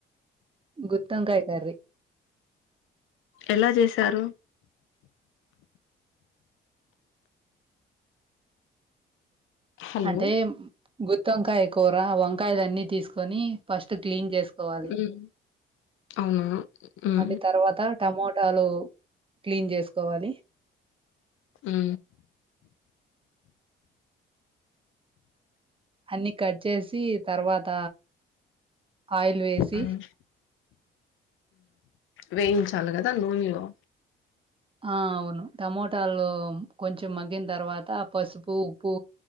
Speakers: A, on the right (about 25°); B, on the left (about 85°).
A: గుతోంకాయ్ కర్రీ
B: ఎలా చేసారు హలో
A: అంటే గుత్తి వంకాయ కూర వంకాయలు అన్ని తీసుకొని ఫస్ట్ క్లీన్ చేసు పోవాలి
B: ఉమ్ అవునా ఉమ్
A: మళ్ళీ తర్వాత టమోటాలు క్లీన్ చేసుకోవాలి
B: హు
A: అన్ని కట్ చేసి తర్వాత ఆయిల్ వేసి
B: ఉమ్ వేయించాలి కదా నూనెలో
A: ఆ అవును టమోటాలు కొంచెం మగ్గిన తర్వాత పసుపు ఉప్పు